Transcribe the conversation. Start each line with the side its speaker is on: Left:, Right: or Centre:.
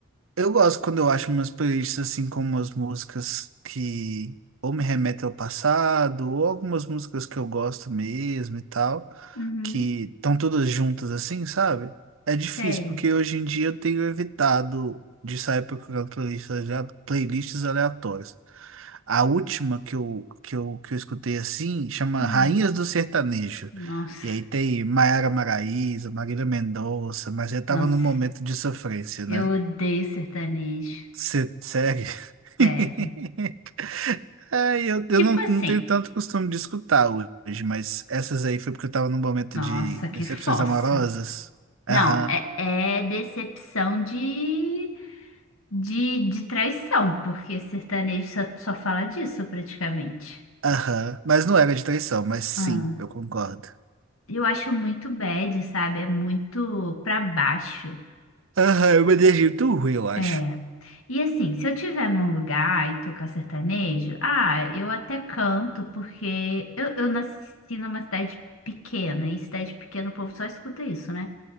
Right: eu gosto quando eu acho umas playlists assim com umas músicas que ou me remetem ao passado, ou algumas músicas que eu gosto mesmo e tal.
Left: Uhum,
Right: que estão todas juntas assim, sabe? É difícil,
Left: sei.
Right: porque hoje em dia eu tenho evitado de sair procurando playlists, alea- playlists aleatórias. A última que eu, que eu, que eu escutei assim chama
Left: Hum,
Right: Rainhas do Sertanejo.
Left: nossa,
Right: E aí tem Maiara Maraíza, Marília Mendonça, mas eu tava
Left: nossa,
Right: num momento de sofrência,
Left: eu
Right: né?
Left: odeio sertanejo.
Right: Você segue? <laughs>
Left: Sério.
Right: É, eu, eu
Left: Tipo
Right: não,
Left: assim,
Right: não tenho tanto costume de escutar hoje, mas essas aí foi porque eu tava num momento
Left: nossa,
Right: de decepções
Left: que fossa.
Right: amorosas.
Left: Não,
Right: Aham,
Left: é, é decepção de, de, de traição, porque sertanejo só, só fala disso praticamente.
Right: aham. Mas não era de traição, mas sim,
Left: Ah,
Right: eu concordo.
Left: eu acho muito bad, sabe? É muito pra baixo.
Right: Aham, eu uma energia muito ruim, eu acho.
Left: É. E assim, se eu tiver num lugar e tocar sertanejo, ah, eu até canto, porque eu, eu nasci numa cidade pequena, e cidade pequena o povo só escuta isso, né?